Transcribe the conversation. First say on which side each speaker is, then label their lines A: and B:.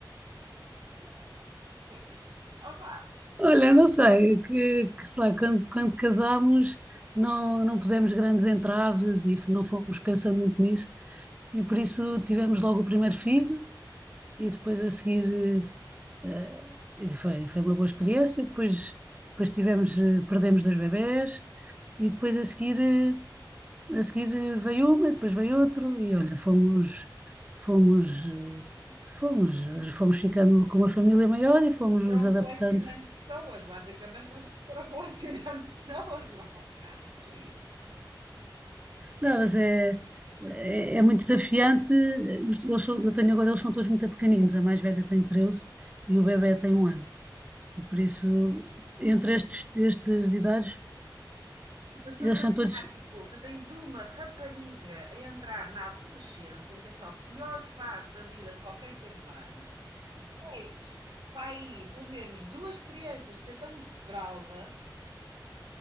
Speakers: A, on the right; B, on the right.
A: <laughs> Opa!
B: Olha, não sei, que, que sei lá, quando, quando casámos não, não pusemos grandes entraves e não fomos pensando muito nisso, e por isso tivemos logo o primeiro filho, e depois a seguir eh, e foi, foi uma boa experiência. Depois, depois tivemos, eh, perdemos dois bebés e depois a seguir, eh, a seguir eh, veio uma, e depois veio outro e olha, fomos, fomos, eh, fomos, fomos ficando com uma família maior e fomos nos
A: foram
B: adaptando.
A: colecionando pessoas, basicamente vocês foram colecionando <laughs> pessoas, meu. Jesus.
B: Não, mas é, é, é muito desafiante. Os- Eles são, eu tenho agora, eles são todos muito pequeninos. A mais velha tem 13 e o bebé tem um ano. E por isso, entre estes, estas idades,
A: Tipo, eu estou
B: Eles
A: a imaginar,
B: são todos.
A: tipo, tu tens uma rapariga a entrar na adolescência, que é só a pior fase da vida de qualquer ser humano. Tens, pá, aí, pelo menos duas crianças que ainda estão de fralda.